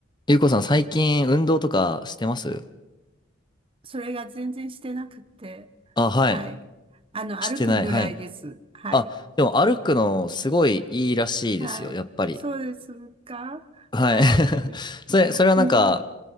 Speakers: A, on the left (about 20°); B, on the right (about 25°).
A: ゆうこさん、最近運動とかしてます
B: それが全然してなくて、
A: あ、はい。
B: はい。あの、
A: してない。
B: 歩くぐらいです。
A: はい。
B: はい。
A: あ、でも歩くのすごいいいらしいですよ、
B: はい。
A: やっぱり。
B: そうですかはい。
A: はい。<laughs> それ、それはなんか、
B: 運動、